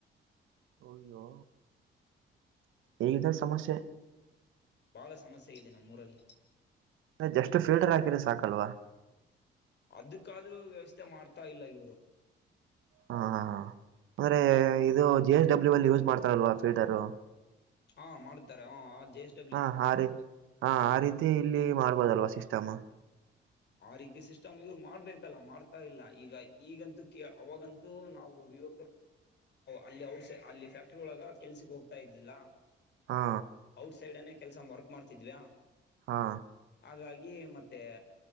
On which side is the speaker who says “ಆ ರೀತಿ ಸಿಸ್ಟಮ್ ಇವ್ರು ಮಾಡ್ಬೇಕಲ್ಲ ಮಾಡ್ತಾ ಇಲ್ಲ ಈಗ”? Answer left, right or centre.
Left